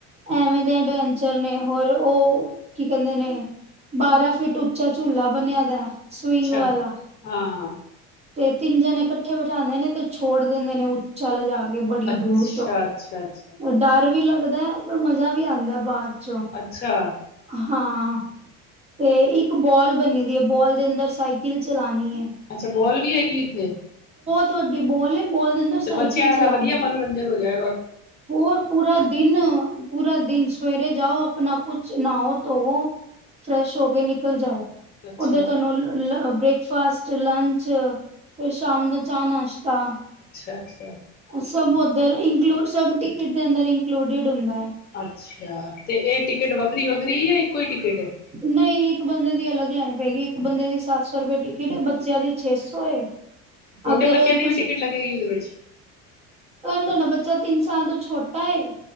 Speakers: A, on the right; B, on the left.
A: ਐਵੇਂ ਦੇ ਐਡਵੈਂਚਰ ਨੇ, ਹੋਰ ਉਹ ਕੀ ਕਹਿੰਦੇ ਨੇ? ਬਾਰਾਂ ਫਿਟ ਉੱਚਾ ਝੂਲਾ ਬਣਿਆ ਦਾ। ਸਵਿੰਗ
B: ਅੱਛਾ,
A: ਵਾਲਾ
B: ਹਾਂ।
A: ਤੇ ਤਿੰਨ ਜਣੇ ਇਕੱਠੇ ਬਿਠਾਉਂਦੇ ਨੇ, ਤੇ ਛੋੜ ਦਿੰਦੇ ਨੇ ਉੱਚਾ ਲਿਜਾ ਕੇ। ਬੜੀ
B: ਅੱਛਾ
A: ਦੂਰ ਤਕ
B: ਅੱਛਾ ਅੱਛਾ ਅੱਛਾ
A: ਡਰ ਵੀ ਲੱਗਦਾ। ਪਰ ਮਜ਼ਾ ਵੀ ਆਉਂਦਾ, ਬਾਅਦ ਚੋਂ
B: ਅੱਛਾ।
A: ਹਾਂ, ਤੇ ਇੱਕ ਬੋਲ ਬੰਨੀ ਦੀ ਹੈ। ਬੋਲ ਦੇ ਅੰਦਰ ਸਾਈਕਲ ਚਲਾਣੀ ਹੈ।
B: ਅੱਛਾ, ਬੋਲ ਵੀ ਹੈਗੀ ਹੈ। <inaudible>
A: ਤੁਹਾੱਡੀ ਬੋਲ ਏ ਬੋਲ ਦੇ ਅੰਦਰ ਸਾਈਕਲ
B: ਤੇ ਬੱਚਿਆਂ ਦਾ
A: ਚਲਾਣੀ।
B: ਤਾਂ ਵਧੀਆ ਮਨੋਰੰਜਨ ਹੋ ਗਾ
A: ਹੋਰ ਪੂਰਾ ਦਿਨ ਪੂਰਾ ਦਿਨ ਸਵੇਰੇ ਜਾਓ ਆਪਣਾ ਕੁਛ ਨਾਹੋ ਧੋਵੋ ਫਰੈਸ਼ ਹੋ ਕੇ ਨਿਕਲ ਜਾਓ
B: ਅੱਛਾ
A: ਉੱਧਰ ਤੁਹਾਨੂੰ ਲੱ ਬ੍ਰੇਕ ਫਾਸਟ ਲੰਚ ਫੇਰ ਸ਼ਾਮ ਦਾ ਚਾਹ ਨਾਸ਼ਤਾ
B: ਅੱਛਾ-ਅਛਾ
A: ਸਭ ਉੱਧਰ ਇਨਕਲੂਡ ਸਭ ਟਿਕਟ ਦੇ ਅੰਦਰ ਇੰਕਲੂਡਡ ਹੁੰਦਾ ਹੈ
B: ਅੱਛਾ ਤੇ ਇਹ ਟਿਕਟ ਵੱਖਰੀ-ਵੱਖਰੀ ਯਾ ਇੱਕੋ ਹੀ ਟਿਕਟ ਹੈ
A: ਨਹੀਂ ਇੱਕ ਬੰਦੇ ਦੀ ਅਲੱਗ ਲੈਣੀ ਪਏਗੀ ਬੰਦੇ ਦੀ ਸੱਤ ਸੌ ਰੁਪਏ ਟਿਕਟ ਏ ਬੱਚਿਆਂ ਦੀ ਛੇ ਸੌ ਏ
B: ਛੋਟੇ
A: ਅਗਰ
B: ਬੱਚਿਆਂ ਦੀ
A: ਤੁਸੀਂ
B: ਵੀ ਟਿਕਟ ਲੱਗੇਗੀ ਉਹਦੇ ਵਿੱਚ
A: ਅਗਰ ਤੁਹਾਡਾ ਬੱਚਾ ਤਿੰਨ ਸਾਲ ਤੋਂ ਛੋਟਾ ਏ